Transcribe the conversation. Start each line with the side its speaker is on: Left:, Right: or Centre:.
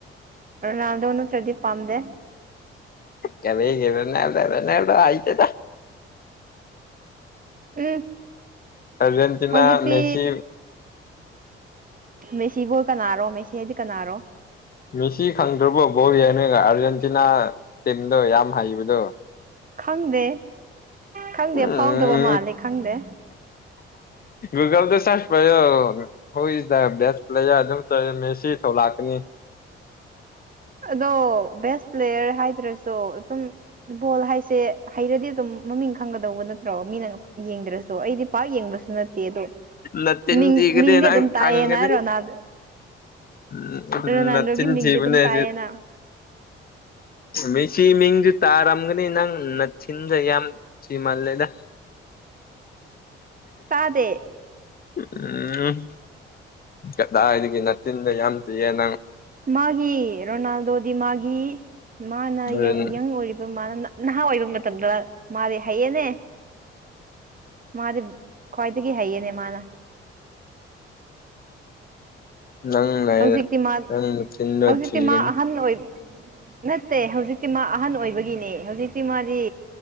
Right: ꯔꯣꯅꯥꯜꯗꯣ ꯅꯠꯇ꯭ꯔꯗꯤ ꯄꯥꯝꯗꯦ
Left: ꯀꯗꯩꯒꯤꯦ ꯔꯅꯥꯏꯜꯗꯣ ꯑꯦꯅꯥꯏꯜꯗꯣ ꯍꯥꯏꯇꯦꯗ
Right: ꯎꯝ
Left: ꯑꯔꯖꯦꯟꯇꯤꯅꯥ
Right: ꯍꯧꯖꯤꯛꯇꯤ
Left: ꯃꯦꯁꯤ
Right: ꯃꯦꯁꯤꯕꯨꯣꯏ ꯀꯅꯥꯔꯣ ꯃꯦꯁꯤ ꯍꯥꯏꯗꯤ ꯀꯅꯥꯔꯣ
Left: ꯃꯤꯁꯤ ꯈꯪꯗ꯭ꯔꯕꯣ ꯕꯣ ꯍꯥꯏꯅꯒ ꯑꯥꯔꯖꯦꯟꯇꯤꯅꯥ ꯇꯤꯝꯗꯣ ꯌꯥꯝ ꯍꯩꯕꯗꯣ
Right: ꯈꯪꯗꯦ ꯈꯪꯗꯦ
Left: ꯎꯝ
Right: ꯐꯥꯎꯗꯕ ꯃꯥꯜꯂꯦ ꯈꯪꯗꯦ
Left: ꯨꯒꯜ ꯇ ꯁꯔꯁ ꯄ ꯍꯣꯏ ꯏꯁ ꯗ ꯕꯦꯁ ꯄ꯭ꯂꯦꯌꯔ ꯑꯗꯨꯝ ꯆꯧꯦ ꯃꯦꯁꯤ ꯊꯧꯂꯥꯛꯀꯅꯤ
Right: ꯑꯗꯣ ꯕꯦꯁ ꯄ꯭ꯂꯦꯌꯔ ꯍꯥꯏꯗ꯭ꯔꯁꯨ ꯑꯗꯨꯝ ꯐꯨꯠꯕꯣꯜ ꯍꯥꯏꯁꯦ ꯍꯩꯔꯗꯤ ꯑꯗꯨꯝ ꯃꯃꯤꯡ ꯈꯪꯒꯗꯧꯕ ꯅꯠꯇ꯭ꯔꯣ ꯃꯤꯅ ꯌꯦꯡꯗ꯭ꯔꯁꯨ ꯑꯩꯗꯤ ꯄꯥꯛ ꯌꯦꯡꯕꯁꯨ ꯅꯠꯇꯦ ꯑꯗꯣ
Left: ꯅꯠꯆꯤꯟꯊꯤꯒꯅꯤ
Right: ꯃꯤꯡ ꯃꯤꯡꯗꯤ
Left: ꯅꯪ
Right: ꯑꯗꯨꯝ ꯇꯥꯏꯌꯦꯅ
Left: ꯈꯪꯒꯅꯤ
Right: ꯔꯣꯅꯥꯜꯗꯣ
Left: ꯎꯝ
Right: ꯔꯣꯅꯥꯜꯗꯣꯒꯤ
Left: ꯅꯆꯤꯟꯊꯤꯕꯅꯤꯁꯤ
Right: ꯃꯤꯡꯗꯤ ꯑꯗꯨꯝ ꯇꯥꯏꯌꯦꯅ
Left: ꯃꯦꯁꯤ ꯃꯤꯡꯗꯤ ꯇꯥꯔꯝꯒꯅꯤ ꯅꯪ ꯅꯆꯤꯟꯗꯣ ꯌꯥꯝ ꯊꯤꯃꯜꯂꯦꯗ
Right: ꯇꯥꯗꯦ
Left: ꯎꯝ ꯀꯗꯥꯏꯗꯒꯤ ꯅꯆꯤꯟꯗꯨ ꯌꯥꯝ ꯊꯤꯌꯦ ꯅꯪ
Right: ꯃꯥꯒꯤ ꯔꯣꯅꯥꯜꯗꯣꯗꯤ ꯃꯥꯒꯤ ꯃꯥꯅ
Left: ꯍꯣꯔꯦꯟ
Right: ꯌꯪ ꯑꯣꯏꯔꯤꯕ ꯃꯥ ꯅꯍꯥ ꯑꯣꯏꯕ ꯃꯇꯝꯗ ꯃꯥꯗꯤ ꯍꯩꯌꯦꯅꯦ ꯃꯥꯗꯤ ꯈꯨ꯭ꯋꯥꯏꯗꯒꯤ ꯍꯥꯏꯌꯦꯅꯦ ꯃꯥꯅ
Left: ꯅꯪ ꯂꯩꯔ
Right: ꯍꯧꯖꯤꯛꯇꯤ ꯃꯥ
Left: ꯅꯪ ꯅꯆꯤꯟꯗꯣ
Right: ꯍꯧꯖꯤꯛꯇꯤ
Left: ꯊꯤꯒꯅꯤ
Right: ꯃꯥ ꯑꯍꯟ ꯑꯣꯏ ꯅꯠꯇꯦ ꯍꯧꯖꯤꯛꯇꯤ ꯃꯥ ꯑꯍꯟ ꯑꯣꯏꯕꯒꯤꯅꯦ ꯍꯧꯖꯤꯛꯇꯤ ꯃꯥꯗꯤ